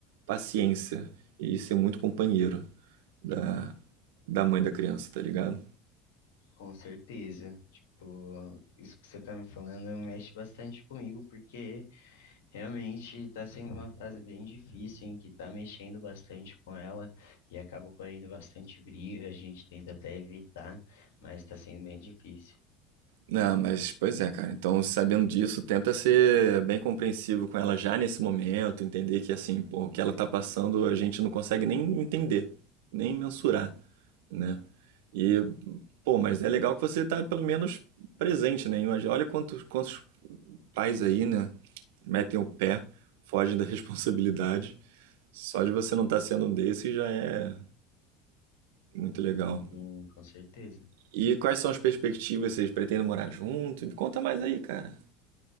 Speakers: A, on the right (about 70°); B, on the left (about 70°).
A: paciência e ser muito companheiro da, da mãe da criança, tá ligado?
B: com certeza. Tipo, isso que você tá me falando mexe bastante comigo, porque realmente tá sendo uma fase bem difícil, em que tá mexendo bastante com ela, e acaba correndo bastante briga, a gente tenta até evitar, mas tá sendo bem difícil.
A: Não, mas pois é, cara. Então, sabendo disso, tenta ser bem compreensivo com ela já nesse momento, entender que assim, pô, o que ela tá passando a gente não consegue nem entender, nem mensurar, né? E, pô, mas é legal que você tá pelo menos presente, né? Imagina, olha quantos, quantos pais aí, né, metem o pé, fogem da <laughs> responsabilidade. Só de você não estar tá sendo um desses já é muito legal.
B: Sim, com certeza.
A: E quais são as perspectivas? Vocês pretendem morar junto? Me conta mais aí, cara.